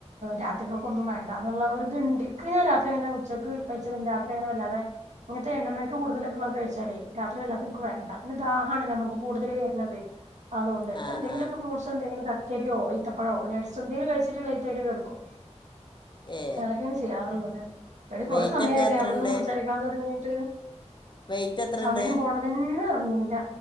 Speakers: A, on the right (about 85°); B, on the left (about 40°).
A: രാത്രികൾക്ക് ഒന്നും വേണ്ടന്നുള്ള ഒരുരിതുണ്ട് ക്ക് രാത്രിങ്ങനെ ഉച്ചക്ക് കഴിച്ച പിന്നെ രാത്രിങ്ങനെ വല്ലാതെ ങ്ങനത്തെ എണ്ണമേക്ക് കൂടുതലക്കള്ള കഴി ച്ചാലെ രാത്രിവല്ലാതനിക്ക് വേണ്ട പിന്നെ ദാഹാണല്ലോ നമുക്ക് കൂടുതൽ വരണത്. അതുകൊണ്ട് ഇപ്പന്തെങ്കിലൊക്കെ
B: ആ ആ
A: ഫ്രൂട്ട്സെന്തെങ്കിലും കക്കരിയോ ഈത്തപ്പഴോ നട്സ്വന്തെലും കഴിച്ചിട്ട് ലൈറ്റായിട്ട് കെടുക്കും.
B: ഏ
A: ങ്ങനൊക്കെണ് ചെയ്യാറുള്ളത് എടി കൊറെ
B: വെയിറ്റ്
A: സമയായില്ലേ
B: ഒക്കെ എത്ര
A: നമ്മളൊന്ന്
B: ഉണ്ട്
A: സംസാരിക്കാൻ തൊടങ്ങീട്ട്.
B: വെയിറ്റ് എത്ര
A: സമയം
B: ഉണ്ട്
A: പോണതന്നെ അറിഞ്ഞീല.